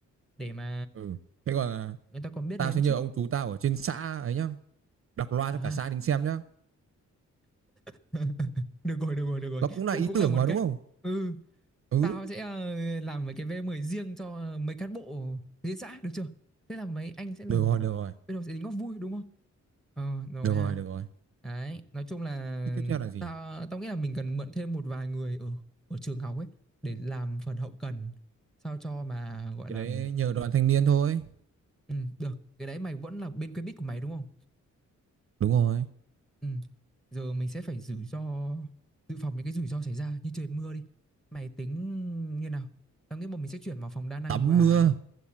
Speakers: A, in the centre; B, on the right.
A: Để mà
B: ừ thế còn à,
A: người ta còn biết đến
B: tao sẽ
A: trước.
B: nhờ ông chú tao ở trên xã ấy nhá đọc loa
A: À,
B: cho cả xã đến xem nhá
A: <laughs> được rồi được rồi được rồi
B: nó cũng là
A: cũng
B: ý
A: cũng
B: tưởng
A: là một
B: mà
A: cách
B: đúng không
A: ừ
B: ừ
A: tao sẽ ờ, làm mấy cái v mười riêng cho mấy cán bộ liên xã được chưa thế là mấy anh sẽ là
B: được
A: bên
B: rồi được rồi
A: đầu sẽ tính góp vui đúng không ờ rồi
B: được
A: ha
B: rồi được rồi
A: đấy nói chung là
B: thế tiếp theo là gì
A: tao tao nghĩ là mình cần mượn thêm một vài người ở ở trường học ấy để làm phần hậu cần sao cho mà gọi
B: cái
A: là
B: đấy nhờ đoàn thanh niên thôi
A: ừ, được cái đấy mày vẫn là bên quen biết của mày đúng không
B: đúng rồi
A: Ừ. Giờ mình sẽ phải rủi ro dự phòng những cái rủi ro xảy ra như trời mưa đi. Mày tính như nào? Tao nghĩ bọn mình sẽ chuyển vào phòng đa năng
B: tắm
A: và
B: mưa